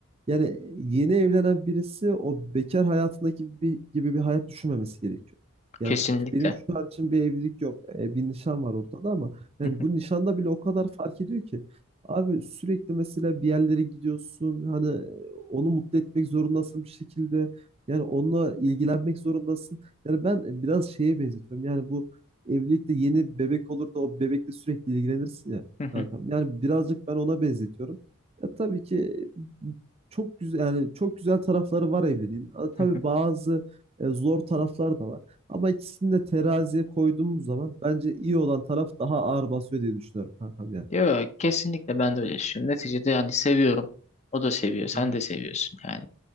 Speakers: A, on the right; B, on the left.
A: Yani yeni evlenen birisi o bekar hayatındaki bir, gibi bir hayat düşünmemesi gerekiyor. Yani
B: Kesinlikle.
A: benim şu an için bir evlilik yok. E, bir nişan var ortada ama yani
B: Hı hı,
A: bu nişanda bile o kadar fark ediyor ki. Abi sürekli mesela bir yerlere gidiyorsun hani e, onu mutlu etmek zorundasın bir şekilde yani onunla ilgilenmek zorundasın. Yani ben e, biraz şeye benzetiyorum yani bu evlilikte yeni bebek olur da o bebekle sürekli ilgilenirsin ya
B: hı hı,
A: kankam. Yani birazcık ben ona benzetiyorum. Ya tabii ki e, çok güzel yani çok güzel tarafları var evliliğin. Ha, Tabii
B: hı hı.
A: bazı e, zor taraflar da var. Ama ikisini de teraziye koyduğumuz zaman bence iyi olan taraf daha ağır basıyor diye düşünüyorum kankam yani.
B: Yok kesinlikle ben de öyle düşünüyorum. Neticede yani seviyorum. O da seviyor. Sen
A: Hı hı.
B: de seviyorsun yani.